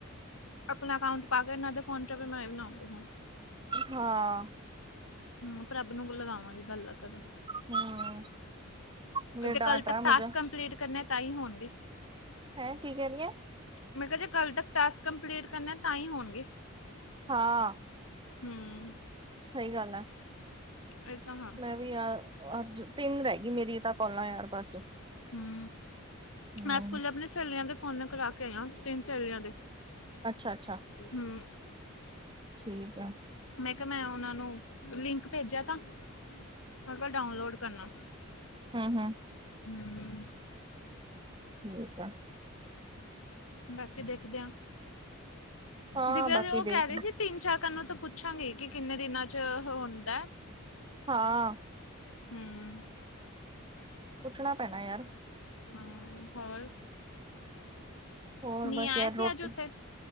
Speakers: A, on the left; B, on the right.
A: ਆਪਣਾ ਅਕਾਊਂਟ ਪਾ ਕੇ ਇਹਨਾਂ ਦੇ ਫੋਨ ਚ ਵੀ ਮੈਂ ਬਣਾਉਂਗੀ ਹੁਣ
B: ਹਾਂ
A: ਹੂੰ, ਪ੍ਰੱਬ ਨੂੰ ਲਗਾਵਾਂਗੀ ਗੱਲਾਂ ਕਰਨ
B: ਹੂੰ ਮੇਰੇ
A: ਤੇ
B: ਡਾਂਟ
A: ਕੱਲ ਤੱਕ
B: ਰਹਾ
A: ਟਾਸਕ
B: ਮੁਝੇ
A: ਕੰਪਲੀਟ ਕਰਨੇ ਤਾਂ ਹੀ ਹੋਣਗੇ।
B: ਹੈਂ, ਕੀ ਕਹਿ ਰਹੀ ਏ?
A: ਮੈਂ ਕਿਹਾ, ਜੇ ਕੱਲ ਤੱਕ ਟਾਸਕ ਕੰਪਲੀਟ ਕਰਨੇ ਤਾਂ ਹੀ ਹੋਣਗੇ।
B: ਹਾਂ।
A: ਹਮ
B: ਸਹੀ ਗੱਲ ਆ।
A: ਇਹ ਤਾਂ ਹਾਂ
B: ਵੀ ਯਾਰ, ਅੱਜ ਤਿੰਨ ਰਹਿ ਗਈ ਮੇਰੀਆਂ ਤਾਂ ਕੋਲਾਂ ਯਾਰ ਬਸ।
A: ਹਮ,
B: ਹੂੰ
A: ਮੈਂ ਸਕੂਲੇ ਆਪਣੀ ਸਹੇਲੀਆਂ ਦੇ ਫੋਨ ਤੋਂ ਕਰਾ ਕੇ ਆਈ ਆਂ ਤਿੰਨ ਸਹੇਲੀਆਂ ਦੇ।
B: ਅੱਛਾ, ਅੱਛਾ।
A: ਹਮ।
B: ਠੀਕ ਐ।
A: ਮੈਂ ਕਿਹਾ ਮੈਂ ਉਹਨਾਂ ਨੂੰ ਲਿੰਕ ਭੇਜਿਆ ਥਾ ਮੈਂ ਕਿਹਾ ਡਾਊਨਲੋਡ ਕਰਨਾ।
B: ਹਮ- ਹਮ।
A: ਹਮਮ
B: ਠੀਕ ਐ।
A: ਬਾਕੀ ਦੇਖਦੇ ਆਂ,
B: ਹਾਂ
A: ਦੀਵਿਆ
B: ਬਾਕੀ
A: ਤੇ ਉਹ
B: ਦੇਖ
A: ਕਹਿ ਰਹੀ ਸੀ ਤਿੰਨ ਚਾਰ ਦੁਕਾਨਾਂ ਤੋਂ ਪੁੱਛਾਂਗੇ ਕਿ ਕਿੰਨੇ ਦਿਨਾਂ ਚ ਹੁੰਦਾ
B: ਹਾਂ।
A: ਹਮ
B: ਪੁੱਛਣਾ ਪੈਣਾ ਯਾਰ।
A: ਹਮ ਹੋਰ।
B: ਹੋਰ
A: ਮੀਂਹ
B: ਬਸ
A: ਆਇਆ
B: ਯਾਰ
A: ਸੀ
B: ਰੋਟੀ,
A: ਅੱਜ ਉੱਥੇ